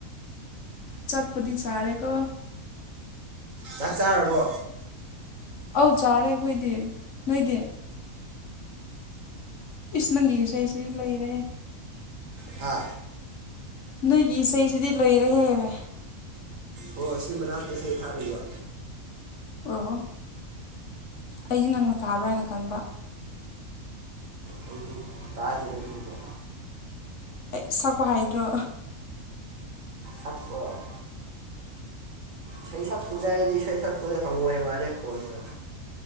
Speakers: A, on the left; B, on the right.
A: ꯆꯠꯄꯨꯠꯇꯗꯤ ꯆꯥꯔꯦꯀ
B: ꯆꯥꯛ ꯆꯥꯔꯕꯣ
A: ꯑꯧ ꯆꯥꯔꯦ ꯑꯩꯈꯣꯏꯗꯤ ꯅꯣꯏꯗꯤ ꯏꯁ ꯅꯪꯒꯤꯁ ꯑꯩꯁꯤ ꯂꯣꯏꯔꯦ
B: ꯍꯥ
A: ꯅꯣꯏꯒꯤ ꯏꯁꯩꯁꯤꯗꯤ ꯂꯣꯏꯔꯦꯍꯦꯕ
B: ꯍꯣꯏ ꯁꯤ ꯃꯅꯥꯛꯇꯤ ꯏꯁꯩ ꯊꯥꯕꯤꯕ
A: ꯑꯣ ꯑꯩꯗꯤ ꯅꯪꯅ ꯊꯥꯕ꯭ꯔꯥ ꯍꯥꯏꯅ ꯈꯟꯕ
B: ꯑꯩꯗꯤ ꯇꯥꯔꯅ ꯂꯕ
A: ꯍ ꯁꯛꯄ ꯍꯥꯏꯗ꯭ꯔꯣ
B: ꯆꯠꯄꯔ ꯁꯩꯁ ꯁꯨꯖꯏꯗꯤ ꯁꯩꯁ ꯍꯪꯦ ꯃꯥꯂꯦ ꯀꯣꯟꯒ